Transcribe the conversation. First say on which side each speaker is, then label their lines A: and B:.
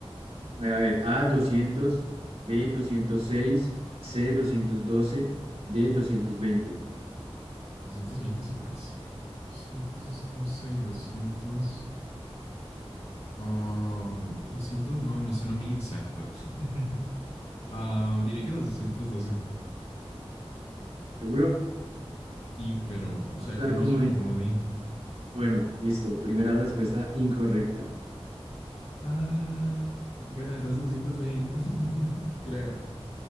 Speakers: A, on the right; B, on the left.
A: voy a ver, a doscientos, b doscientos seis, c doscientos doce, d doscientos veinte.
B: Doscientos veinte se pasa. 212 y 200. Ah, 200 no, me suena muy exacto. <laughs> Ah, diré que 212.
A: ¿Seguro?
B: Sí, pero, o
A: Vamos
B: sea,
A: a
B: ¿cómo
A: usar comodín.
B: uso el comodín?
A: ¿no? Bueno, listo. Primera respuesta incorrecta.
B: Ah, bueno, entonces 206, <laughs> creo.